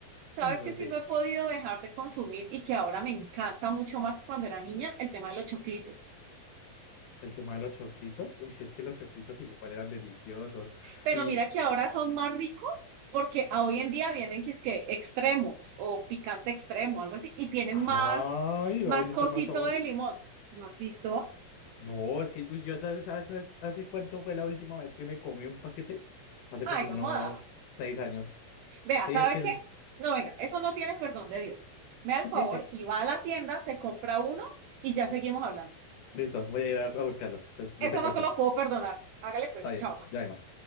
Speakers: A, on the right; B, on the left.
A: sabes
B: uy, no
A: que
B: sé.
A: si no he podido dejar de consumir y que ahora me encanta mucho más que cuando era niña? El tema de los choclitos.
B: El tema de los choclitos. Uy, si es que los choclitos igual eran deliciosos.
A: Pero
B: Y.
A: mira que ahora son más ricos porque a hoy en día vienen que es que extremos o picante extremo, algo así, y tienen
B: Ay,
A: más, más
B: ¿va a
A: cosito
B: hacer más sabores?
A: de limón. ¿No has visto?
B: No, es que, uy, yo sabes, sabes hace hace cuánto fue la última vez que me comí un paquete? Hace
A: Ay,
B: como
A: no
B: unos
A: jodas.
B: seis años.
A: Vea,
B: Sí,
A: ¿sabe
B: es que.
A: qué? No, venga, eso no tiene perdón de Dios. Me da el
B: <laughs>
A: favor y va a la tienda, se compra unos y ya seguimos hablando.
B: Listo, voy a ir a, a buscarlos. Entonces, yo
A: Eso
B: te
A: no
B: cuento.
A: te lo puedo perdonar. Hágale pues,
B: Está bien,
A: chao.
B: ya vengo.